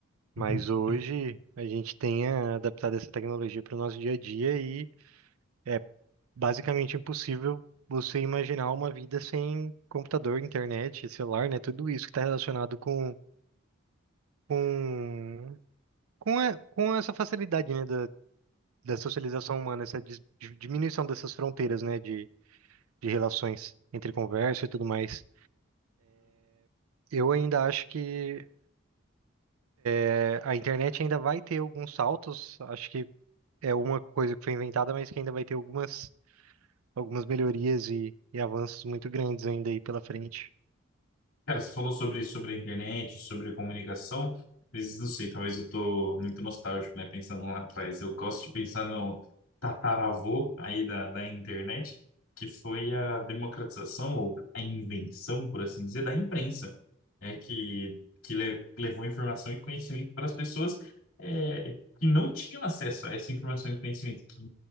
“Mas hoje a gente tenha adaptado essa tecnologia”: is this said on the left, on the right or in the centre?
Right